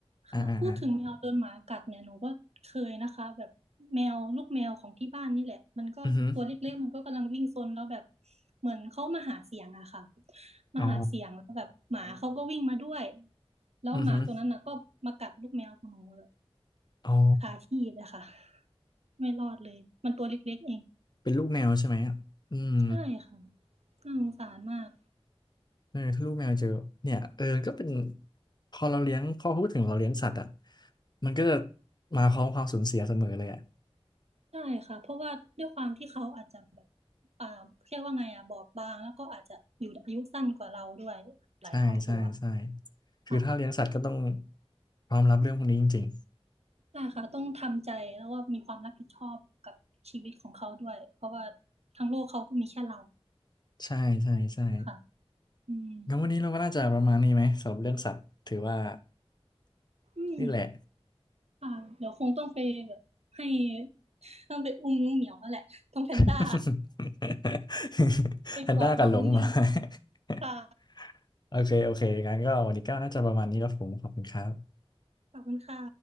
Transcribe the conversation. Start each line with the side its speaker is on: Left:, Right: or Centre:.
Left: อ่าอ่าอ่า
Right: ค่ะพูดถึงแมวโดนหมากัดเนี่ยหนูก็เคยนะคะแบบแมวลูกแมวของที่บ้านนี่แหละมันก็ตัวเล็กๆมันก็กำลังวิ่งซนแล้วแบบ
Left: อือหือ
Right: เหมือนเขามาหาเสียงอะค่ะมาหาเสียงแล้วแบบหมาเขาก็วิ่งมาด้วย
Left: อ๋อ
Right: แล้วหมาตัวนั้นน่ะก็มากัดลูกแมวของหนูแบบ
Left: อือหือ อ๋อ
Right: คาที่เลยค่ะ ไม่รอดเลย มันตัวเล็กๆเอง
Left: เป็นลูกแมวใช่ไหมอ่ะอืม
Right: ใช่ค่ะน่าสงสารมาก
Left: เออถ้าลูกแมวเจอเนี่ยเออก็เป็นพอเราเลี้ยงพอพูดถึงเราเลี้ยงสัตว์อ่ะมันก็จะมาพร้อมความสูญเสียเสมอเลยอ่ะ
Right: ใช่ค่ะ เพราะว่าด้วยความที่เขาอาจจะแบบอ่าเรียกว่าไงอ่ะบอบบางแล้วก็อาจจะอยู่อายุสั้นกว่าเราด้วยแบบหลายเท่าตัว
Left: ใช่ ใช่ใช่คือถ้าเลี้ยงสัตว์ก็ต้อง
Right: ค่ะ
Left: พร้อมรับเรื่องพวกนี้จริง
Right: ใช่ค่ะต้องทำใจแล้วก็มีความรับผิดชอบกับชีวิตของเขาด้วย เพราะว่าทั้งโลกเขาก็มีแค่เรา
Left: ๆใช่ ใช่ใช่
Right: อะ่คะอืม
Left: งั้นวันนี้เราก็น่าจะประมาณนี้ไหมสำหรับเรื่องสัตว์ถือว่า
Right: อืม
Left: นี่แหละ
Right: ค่ะเดี๋ยวคงต้องไปแบบให้ต้องไปอุ้มน้องเหมียวแล้วแหละ ต้องแพนด้า
Left: <laughs>
Right: <laughs> ไปกอดน้องแน่น
Left: แพนด้ากับหลงมหรอ
Right: ๆค่ะ
Left: <laughs> โอเคโอเคงั้นก็วันนี้ก็น่าจะประมาณนี้แล้วผมขอบคุณครับ
Right: ขอบคุณค่ะ